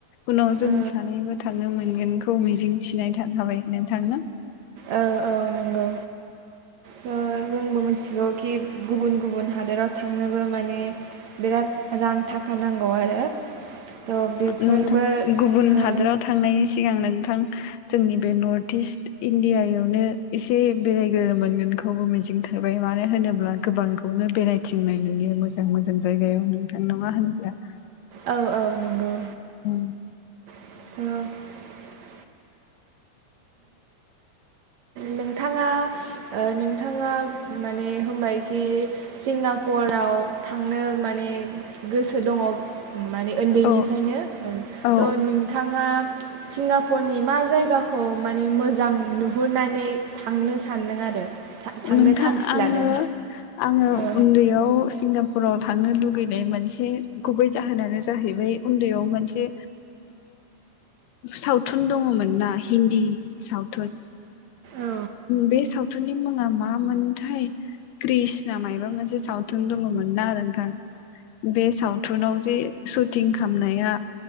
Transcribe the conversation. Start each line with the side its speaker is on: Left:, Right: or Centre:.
Left: उनाव जों
Right: ओ
Left: सानैबो थांनो मोनगोन। खौ मिजिंथिनाय थाखाबाय नोंथां ना?
Right: औ औ नंगौ थ' जोंबो मिथिगौ खि गुबुन गुबुन हादोराव थांनोबो माने बिराद रां थाखा नांगौ आरो। थ' बेफोरबो
Left: नोंथां गुबुन
Right: ओ
Left: हादोराव थांनायनि सिगां नोंथां जोंनि बे नर्थ इस्ट इण्डियायावनो एसे बेरायग्रोनो मोनगोनखौबो मिजिं थिबाय मानो होनोब्ला गोबांखौनो बेरायथिंनाय नुयो मोजां मोजां जायगायाव नोंथां नङा होनब्ला?
Right: औ औ नंगौ
Left: उम।
Right: <unintelligible> नोंथाङा। ओ-नोंथाङा माने होनबायखि सिंगापुराव थांनो। माने गोसो दङ। माने उन्दैनिफ्रायनो
Left: औ औ
Right: थ' नोंथाङा। सिंगापुरनि मा जायगाखौ? खौ माने मोजां नुहुरनानै थांनो सान्दों आरो? थांनो
Left: नोंथां
Right: थांखि
Left: आङो
Right: लादों
Left: आङो
Right: औ
Left: उन्दैयाव सिंगा फोराव थांनो लुुबैनाय मोनसे गुबै जाहोनानो जाहैबाय उन्दैयाव मोनसे सावथुन दङमोन ना हिन्दी सावथुन
Right: औ
Left: बे सावथुननि मुङा मामोनथाय? कृषना मायबा मोनसे सावथुन दङमोन ना आरो बे सावथुनाव जे सुटिं खालामनाया